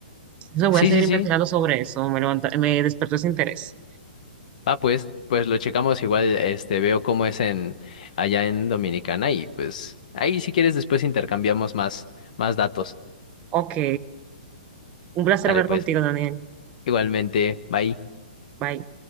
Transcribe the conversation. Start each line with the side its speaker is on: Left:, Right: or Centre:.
Right: Entonces
Left: Sí,
Right: voy a seguir
Left: sí, sí.
Right: investigando sobre eso, me levanta, me despertó ese interés.
Left: Ah, pues, pues lo checamos igual, este, veo cómo es en allá en Dominicana y pues ahí si quieres después intercambiamos más, más datos.
Right: Ok, un placer
Left: Vale,
Right: hablar
Left: pues,
Right: contigo, Daniel.
Left: igualmente, bye.
Right: Bye.